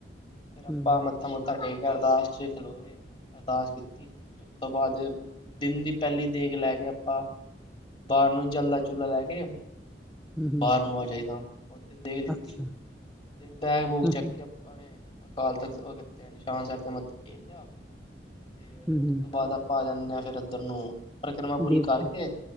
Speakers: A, on the left; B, in the centre.
A: ਫੇਰ ਆਪਾਂ
B: ਹੂੰ
A: ਮੱਥਾ ਮੱਥਾ ਟੇਕ ਕੇ ਅਰਦਾਸ ਚ ਖਲੋਏ ਅਰਦਾਸ ਕੀਤੀ ਫਿਰ ਉਸ ਤੋਂ ਬਾਅਦ ਦਿਨ ਦੀ ਪਹਿਲੀ ਦੇਖ ਲੈ ਕੇ ਆਪਾਂ ਬਾਹਰ ਨੂੰ ਜਲਦਾ ਚੁਲਾ ਲੈ ਕੇ
B: ਹੂੰ ਹੂੰ
A: ਬਾਹਰ ਨੂੰ ਆ ਜਾਈਦਾ ਉੱਥੇ ਦੇਖ ਲਿੱਤੀ
B: ਅੱਛਾ
A: ਫਿਰ ਬੈਗ ਬੂਗ
B: ਹੂੰ
A: ਚੱਕ
B: ਹੂੰ
A: ਕੇ ਆਪਣੇ ਕਾਲ ਤੱਕ ਉਹਤੇ ਸ਼ਾਮ ਮੱਥੇ ਟੇਕ ਤੇ
B: ਹੂੰ
A: ਉਸ
B: ਹੂੰ
A: ਤੋਂ ਬਾਅਦ ਆਪਾਂ ਆ ਜਾਂਦੇ ਹਾਂ ਫਿਰ ਇੱਧਰ ਨੂੰ ਪਰਿਕਰਮਾ ਪੂਰੀ
B: ਦੀਪ
A: ਕਰਕੇ